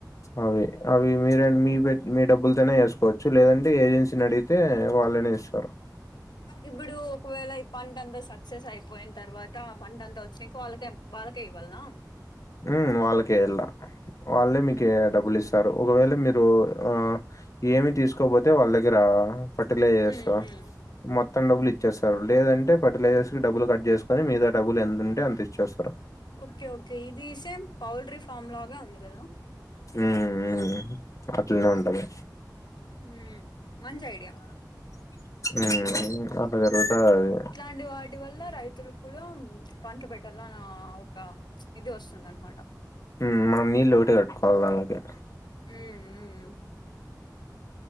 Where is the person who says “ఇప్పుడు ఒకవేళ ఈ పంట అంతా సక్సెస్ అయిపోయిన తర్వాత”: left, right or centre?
Left